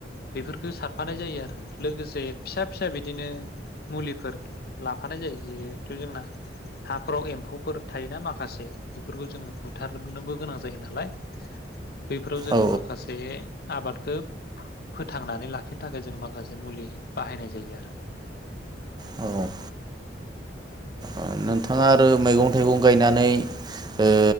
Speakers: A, on the left; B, on the right.
A: बे खौ सारफानाय जायो आरो लोगोसे फिसा फिसा बिदिनो मुलिफोर लाफानाय जायो जे जोंना हाफोराव एम्फौफोर थायोना माखासे बेफोरखौ जोङो बुथारनोबो गोनां जायो नालाय बैफोराव जोङो
B: औ
A: माखासे आबादखौ फोथांनानै लाखिनो थाखाय जों माखासे मुलि बाहायनाय जायो आरो।
B: औ औ नोंथाङा आरो मैगं थाइगं गायनानै ओ